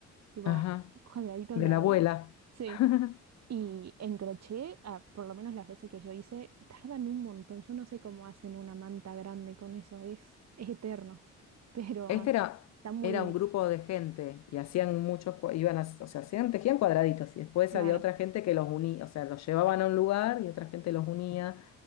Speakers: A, on the right; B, on the left.
A: tipo
B: Ajá,
A: cuadraditos
B: de
A: de abuela.
B: la abuela.
A: Sí.
B: <laughs>
A: Y en crochet, ah, por lo menos las veces que yo hice, tardan un montón. Yo no sé cómo hacen una manta grande con eso, es, es eterno. Pero
B: Este era,
A: está muy
B: era
A: lindo.
B: un grupo de gente y hacían muchos, cua- iban a, o sea, hacían, tejían cuadraditos y después
A: Claro,
B: había otra gente que los unía, o sea, los llevaban a un lugar y otra gente los unía